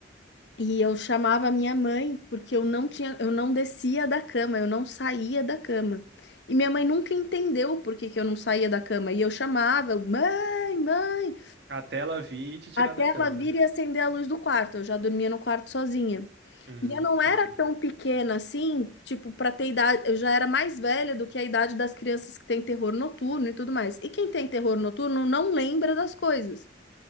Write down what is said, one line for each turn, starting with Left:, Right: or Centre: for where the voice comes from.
Left: e eu chamava a minha mãe, porque eu não tinha, eu não descia da cama, eu não saía da cama. E minha mãe nunca entendeu por que que eu não saía da cama. E eu chamava, mãe, mãe,
Right: Até ela vir e te tirar
Left: até
Right: da cama,
Left: ela vir
Right: né?
Left: e acender a luz do quarto. Eu já dormia no quarto sozinha.
Right: Hum,
Left: E eu não
Right: entendi.
Left: era tão pequena assim, tipo, pra ter idade, eu já era mais velha do que a idade das crianças que têm terror noturno e tudo mais. E quem tem terror noturno não lembra das coisas.